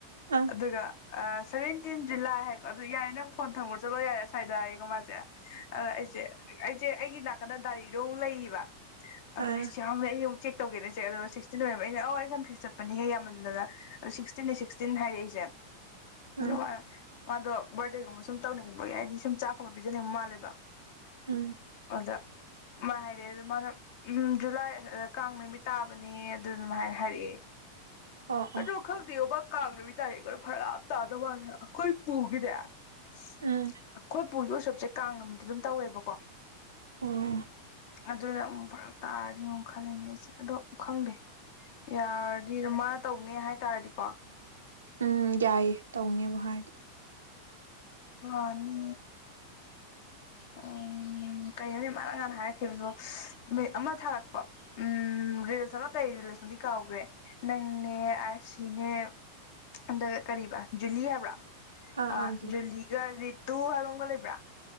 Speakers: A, on the right; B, on the left.
A: ꯑꯥ
B: ꯑꯗꯨꯒ ꯁꯚꯦꯟꯇꯤꯟ ꯖꯨꯂꯥꯏ ꯍ ꯑꯗꯨ ꯌꯥꯏꯌꯦ ꯅꯪ ꯐꯣꯟ ꯊꯝꯒꯨꯔ ꯆꯠꯂꯣ ꯌꯥꯏ ꯁ꯭ꯋꯥꯏ ꯀꯃꯥꯏꯅ ꯑ ꯑꯩꯁꯦ ꯑꯩꯁꯦ ꯑꯩꯒꯤ ꯅꯥꯀꯟꯗ ꯗꯥꯏꯔꯤꯗꯣꯨꯛ ꯂꯩꯌꯦꯕ ꯑꯗ
A: ꯑꯥ
B: ꯆ ꯌꯥꯝ ꯎꯆꯦꯛ ꯇꯧꯒꯦꯅꯦꯆꯦ ꯑꯗꯨꯒ ꯁꯤꯛꯁꯇꯤꯟ ꯑꯣꯏꯔꯝꯃꯦ ꯑꯩꯅ ꯑꯧ ꯑꯩꯟ ꯐ꯭ꯁ ꯆꯠꯄ ꯍꯦ ꯌꯥꯝꯃꯟꯗꯅ ꯁꯤꯛꯁꯇꯤꯟ ꯁꯤꯛꯁꯇꯤꯟ ꯍꯥꯏꯔꯛꯏꯁꯦ ꯌꯥ
A: ꯑꯥ
B: ꯕꯔꯗꯦꯒꯨꯝꯕ ꯁꯨꯝ ꯇꯧꯅꯤꯡꯕꯒꯤ ꯍꯥꯏꯗꯤ ꯁꯨꯝ ꯆꯥꯛꯀꯨꯝꯕ ꯄꯤꯖꯅꯤꯡꯕ ꯃꯥꯜꯂꯦꯕ
A: ꯑ
B: ꯑꯗꯨꯗ ꯃꯥ ꯍꯥꯏꯔꯛꯑꯦ ꯑꯗꯨ ꯃꯥꯅ ꯎꯝ ꯖꯨꯂꯥꯏ ꯀꯥꯡ ꯅꯨꯃꯤꯠ ꯇꯥꯕꯅꯦ ꯑꯗꯨ ꯑꯗꯨꯃꯥꯏꯅ ꯍꯥꯏꯔꯛꯑꯦ
A: ꯑꯣ
B: ꯍꯔꯣ
A: ꯑꯣ
B: ꯈꯗꯣ ꯀꯥꯡꯗꯕꯤ ꯇꯔꯦ ꯈ ꯐꯔꯥꯞ ꯆꯥꯗꯕ ꯋꯥꯂꯦ ꯑꯩꯈꯣꯏ ꯄꯨꯈꯤꯗꯦ ꯑꯩꯈꯣꯏ
A: ꯎꯝ
B: ꯄꯨꯒꯤ ꯎꯁꯞꯁꯦ ꯀꯥꯡ ꯅꯨꯃꯤ ꯑꯗꯨꯝ ꯇꯧꯋꯦꯕꯀꯣ
A: ꯑꯣ
B: ꯑꯗꯨꯅꯨ ꯇꯥꯔꯤꯨ ꯈꯜꯂꯉꯁꯦ ꯑꯗꯣ ꯈꯪꯗꯦ ꯌꯥꯔꯗꯤ ꯃꯥ ꯇꯧꯅꯦ ꯍꯥꯏ ꯇꯥꯔꯗꯤꯀꯣ
A: ꯎꯝ ꯌꯥꯏꯌꯦ ꯇꯧꯅꯦꯕꯨ ꯍꯥꯏꯔꯗꯤ
B: ꯑꯅꯤ ꯑ ꯎꯝ ꯀꯩꯅꯣꯅꯤ ꯃꯥꯅ ꯉꯅ ꯍꯥꯏꯔꯛꯈꯤꯕꯗꯣ ꯃꯤ ꯑꯃ ꯊꯥꯔꯛ ꯎꯝ ꯔꯤꯜꯁ ꯑꯃ ꯀꯩ ꯔꯤꯜꯁꯅꯗꯤ ꯀꯥꯎꯈ꯭ꯔꯦ ꯅꯪꯅꯦ ꯑꯁ ꯁꯤꯅꯦ ꯑꯝꯗ ꯀꯔꯤꯕ ꯖꯨꯂꯤ ꯍꯥꯏꯕ꯭ꯔꯥ
A: ꯑꯥ
B: ꯑ
A: ꯑꯥ
B: ꯌ ꯂꯤꯒ ꯇꯨ ꯍꯥꯏꯕꯪꯒꯣ ꯂꯩꯕ꯭ꯔ